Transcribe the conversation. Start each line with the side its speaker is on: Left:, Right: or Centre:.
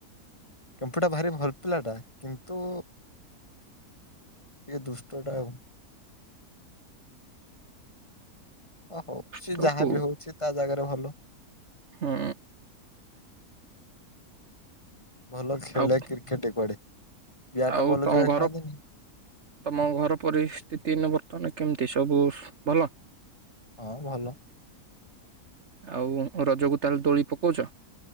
Left: କେମ୍ପୁଟା ଭାରି ଭଲ୍ ପିଲାଟା କିନ୍ତୁ ଟିକେ ଦୁଷ୍ଟ ଟା ଆଉ। ଅ ହଉ ସିଏ
Right: ତ
Left: ଯାହା
Right: ହଉ
Left: ବିି ହୋଉ ସିଏ ତା ଜାଗାରେ ଭଲ।
Right: ହୁଁ।
Left: ଭଲ ଖେଳି
Right: ଆଉ
Left: କ୍ରିକେଟେ କୁଆଡେ ବ୍ୟାଟ
Right: ଆଉ
Left: ବଲ
Right: ତମ
Left: ଯୋଉଗୁରା
Right: ଘର
Left: ଖେଳନ୍ତିନି।
Right: ତମ ଘର ପରିସ୍ଥିତି ଏଇନେ ବର୍ତ୍ତମାନ କେମିତି ସବୁ ସୁ ଭଲ?
Left: ହଁ ଭଲ।
Right: ଆଉ ଉଁ ରଜକୁ ତାହେଲେ ଦୋଳି ପକୋଉଚ?